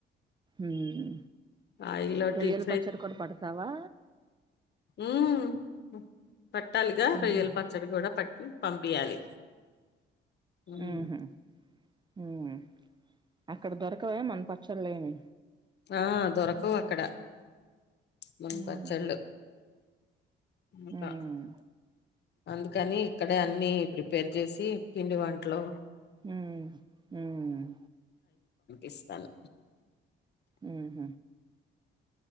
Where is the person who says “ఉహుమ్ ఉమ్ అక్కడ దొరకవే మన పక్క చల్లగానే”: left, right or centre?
Right